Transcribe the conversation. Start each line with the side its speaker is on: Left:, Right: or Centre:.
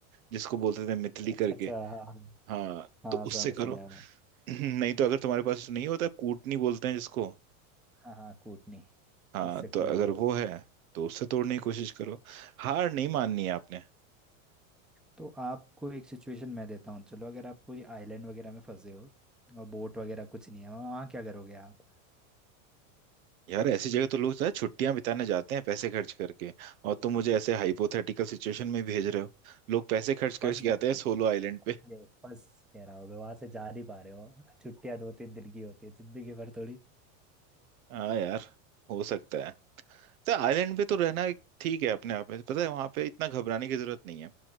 Right: जिसको बोलते थे मितली
Centre: अच्छा
Right: करके
Centre: अच्छा हाँ हाँ
Right: हाँ तो
Centre: हाँ,
Right: उससे
Centre: समझ
Right: करो
Centre: गया
Right: <clears throat> नहीं तो अगर तुम्हारे पास नहीं होता कूटनी बोलते हैं जिसको
Centre: हाँ हाँ कूटनी
Right: हाँ
Centre: उससे
Right: तो
Centre: कूट
Right: अगर
Centre: दो
Right: वो
Centre: उसे
Right: है तो उससे तोड़ने की कोशिश करो हार नहीं माननी है आपने
Centre: तो आपको एक सिचुएशन मैं देता हूँ चलो अगर आप कोई आइलैंड वगैरह में फंसे हो और बोट वगैरह कुछ नहीं है वहाँ वहाँ क्या करोगे आप
Right: यार ऐसी जगह तो लोग छुट्टियां बिताने जाते हैं पैसे खर्च करके और तुम मुझे ऐसे हाइपोथेटिकल सिचुएशन में भेज रहे हो लोग पैसे खर्च
Centre: फंस
Right: करके
Centre: गए
Right: आते हैं सोलो आइलैंड
Centre: फंस
Right: पे
Centre: गए फंस कह रहा होगा वहां से जा नहीं पा रहे हो छुट्टियां दो तीन दिन की होती है जिंदगी भर थोड़ी
Right: हाँ यार हो सकता है तो आइलैंड पे तो रहना एक ठीक है अपने आप में पता है वहां पे इतना घबराने की जरूरत नहीं है